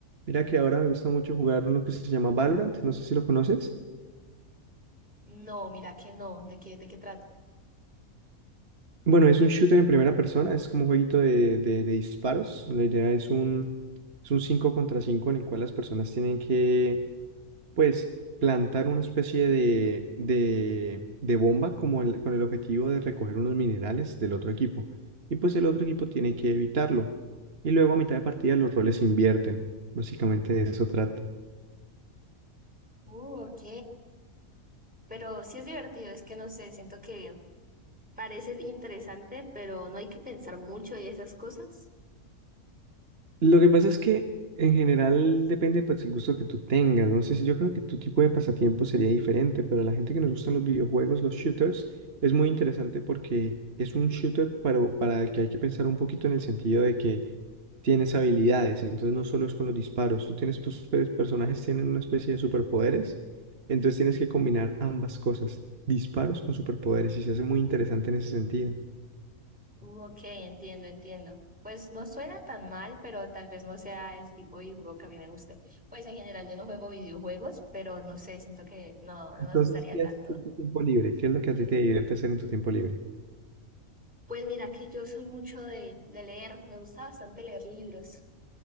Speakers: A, on the right; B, in the centre.
A: Mira que ahora me gusta mucho jugar uno que se llama Valorant, no sé si lo conoces.
B: No, mira que no. ¿De qué, de qué trata?
A: Bueno, es un shooter en primera persona, es como un jueguito de, de- de disparos. La idea es un, es un 5 contra 5 en el cual las personas tienen que, pues, plantar una especie de, de, de bomba como el- con el objetivo de recoger unos minerales del otro equipo. Y pues el otro equipo tiene que evitarlo. Y luego a mitad de partida los roles se invierten. Básicamente de eso trata.
B: Uh, ok. Pero sí es divertido, es que no sé, siento que parece interesante, pero no hay que pensar mucho y esas cosas.
A: Lo que pasa es que en general depende pues, el gusto que tú tengas. No sé si yo creo que tu tipo de pasatiempo sería diferente, pero a la gente que nos gustan los videojuegos, los shooters, es muy interesante porque es un shooter para, para el que hay que pensar un poquito en el sentido de que tienes habilidades, entonces no solo es con los disparos, tú tienes tus pe- personajes tienen una especie de superpoderes, entonces tienes que combinar ambas cosas, disparos con superpoderes, y se hace muy interesante en ese sentido.
B: Uh, ok, entiendo, entiendo. Pues no suena tan mal, pero tal vez no sea el tipo de juego que a mí me guste. Pues en general yo no juego videojuegos, pero no sé, siento que no, no
A: Entonces,
B: me gustaría
A: ¿qué
B: tanto.
A: haces en tu tiempo libre? ¿Qué es lo que a ti te divierte hacer en tu tiempo libre?
B: Pues mira que yo soy mucho de, de leer, me gusta bastante leer libros.